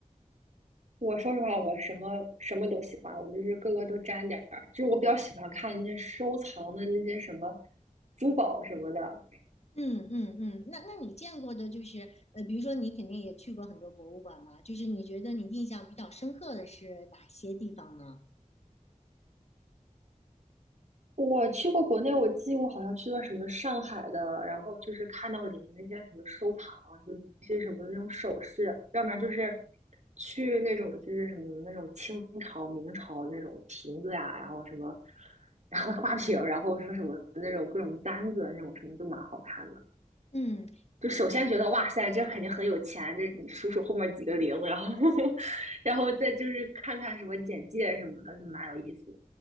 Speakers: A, on the right; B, on the left.
A: 我说实话，我什么什么都喜欢，我就是各个都沾点儿。就是我比较喜欢看那些收藏的那些什么珠宝什么的，
B: 嗯嗯嗯。那那你见过的，就是呃，比如说你肯定也去过很多博物馆嘛，就是你觉得你印象比较深刻的是哪些地方呢？
A: 我去过国内，我记我好像去过什么上海的，然后就是看到里面那些什么收藏啊，有一些什么那种首饰，要不然就是去那种就是什么那种清朝、明朝那种瓶子呀、然后什么，然后花瓶，然后说什么那种各种簪子啊那种什么都蛮好看的。
B: 嗯，
A: 就首先觉得哇塞，这肯定很有钱，这你数数后面几个零，然后 <laughs> 然后再就是看看什么简介什么的，就蛮有意思的。